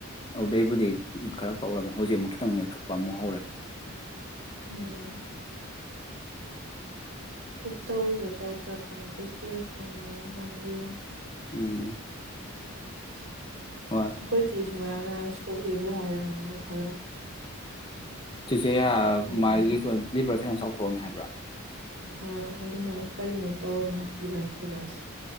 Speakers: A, on the left; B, on the right.
A: ꯑꯗꯨꯗꯩꯕꯨꯗꯤ ꯎꯝ ꯈꯔ ꯀꯧꯔꯒ ꯍꯧꯖꯤꯛ ꯑꯃꯨꯛ ꯈꯤꯇꯪ ꯅꯣꯏꯈꯠꯄ ꯑꯃꯨꯛ ꯍꯧꯔꯦ
B: ꯎꯝ ꯇꯧꯔꯤꯕ ꯇꯧꯗ꯭ꯔꯥ ꯈꯪꯗꯦ ꯇꯦꯁ ꯇꯧꯅꯉꯥꯏ ꯍꯥꯏꯔ
A: ꯎꯝ
B: <unintelligible>
A: ꯍꯣꯏ
B: ꯑꯩꯈꯣꯏ ꯆꯦꯖꯨ ꯉꯔꯥꯡ ꯅ ꯁꯣꯛꯏꯕ ꯍꯥꯏꯔꯝꯅꯥꯏ ꯈꯔ
A: ꯆꯤꯆꯦ ꯌꯥ
B: ꯁꯣꯛꯑꯝꯃꯦ
A: ꯃꯥꯏꯒꯤ ꯈꯨꯟ ꯂꯤꯕꯔꯁꯦ ꯍꯥꯟꯅ ꯆꯥꯎꯊꯣꯛꯑꯝꯃꯦ ꯍꯥꯏꯕꯔ
B: ꯑꯥ ꯑꯗꯨꯃꯥꯏꯅ ꯀꯔꯤꯅꯣꯝ ꯇꯧꯔꯒꯦ ꯍꯥꯏ ꯏꯕꯥꯅꯤ <unintelligible> ꯂꯤꯕꯔꯗꯣ